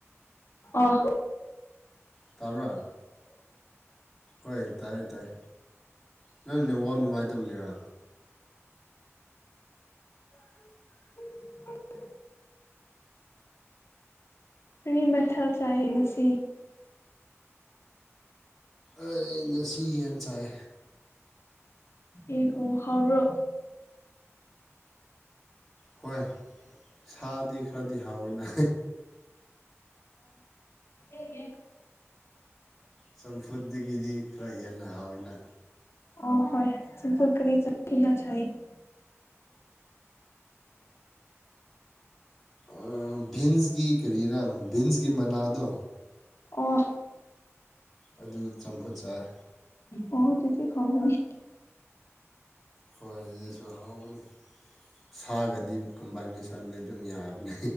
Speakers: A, on the left; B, in the centre.
A: ꯑ ꯍ
B: ꯇꯥꯕ꯭ꯔꯥ ꯍꯣꯏ ꯇꯥꯏ ꯇꯥꯏ ꯅꯪ ꯅꯋꯥ ꯅꯨꯡꯉꯥꯏꯇꯕꯒꯤꯔ
A: <unintelligible> ꯀꯔꯤ ꯃꯊꯜ ꯆꯥꯏ ꯉꯁꯤ
B: ꯑꯩ ꯉꯁꯤꯅꯁꯥꯏ
A: ꯑꯦ ꯑꯣ ꯍꯥꯎ꯭ꯔ
B: ꯍꯣꯏ ꯁꯥꯗꯤ ꯈꯔꯗꯤ ꯍꯥꯎꯋꯦꯅ
A: ꯑ
B: ꯆꯝꯐꯨꯠꯇꯒꯤꯗꯤ ꯈꯔ ꯍꯦꯟꯅ ꯍꯥꯎꯋꯦꯅ
A: ꯑ ꯍꯣꯏ ꯆꯄꯀ ꯆꯅ ꯆ ꯍꯅꯦ
B: ꯑꯩ ꯚꯤꯟꯁꯒꯤ ꯀꯔꯤꯔꯥ ꯚꯤꯟꯁꯒꯤ ꯃꯅꯥꯗꯣ
A: ꯑꯣ
B: ꯑꯗꯨ ꯆꯝꯐꯨꯠ ꯆꯥꯏ
A: ꯑꯣ ꯑꯗꯨꯗꯤ ꯍꯥꯎꯕꯔꯅꯦ
B: ꯍꯣꯏ ꯑꯗꯨꯁꯨ ꯍꯥꯎꯕꯅꯦ ꯁꯥꯒꯗꯤ ꯀꯨꯝꯕꯥꯏꯅꯦꯁꯟꯗꯤ ꯑꯗꯨꯝ ꯌꯥꯕꯅꯦ